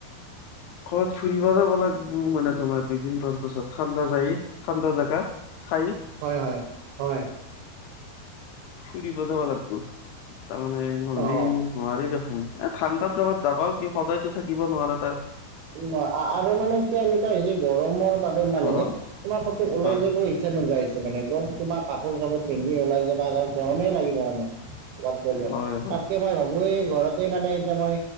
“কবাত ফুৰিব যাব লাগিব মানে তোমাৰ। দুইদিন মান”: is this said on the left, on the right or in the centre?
Left